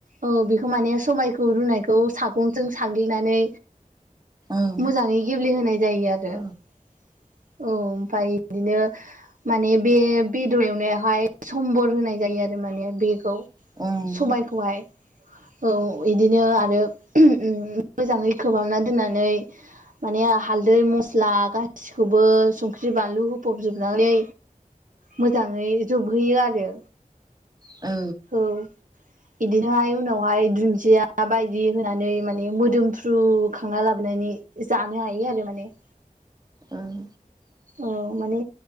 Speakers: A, on the right (about 65°); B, on the right (about 25°).
A: औ बेखौ माने सबायखौ रुनायखौ सागंजों साग्लिनानै
B: ओं
A: मोजाङै गेब्लेहोनाय जायो आरो
B: औ
A: औ। ओमफाय इदिनो माने बे बेदर एवनायावहाय सम्बर होनाय जायो आरो माने बेखौ
B: नोंथां
A: सबायखौहाय। औ इदिनो आरो उम मोजाङै खोबहाबना दोननानै माने हालदै मस्ला गासिखौबो संख्रि बानलु होफबजोबनानै मोजाङै जोबहैयो आरो।
B: औ।
A: औ इदिनोहाय उनावहाय दुन्दिया बायदि होनानै माने मोदोमफ्रु थ्रु खांना लाबोनानै जानो हायो आरो माने।
B: ओं।
A: औ माने